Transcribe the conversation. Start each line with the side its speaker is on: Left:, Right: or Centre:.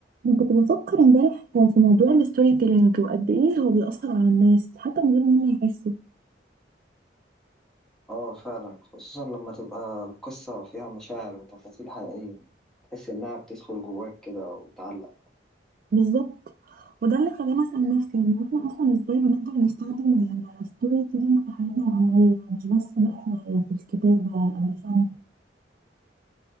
Right: انا كنت بفكر امبارح في موضوع الستوري تيلينج وقد ايه هو بيأثر على الناس حتى من غير ما هم يحسوا
Centre: اه فعلا خصوصا لما تبقى القصة فيها مشاعر وتفاصيل حقيقية تحس إنها بتدخل جواك كده وتعلق
Right: بالظبط وده اللي خلاني اسأل نفسي يعني واحنا اصلا ازاي بنقدر نستخدم الستوري تيلينج في حياتنا العملية مش بس بقى في في الكتابة او الفن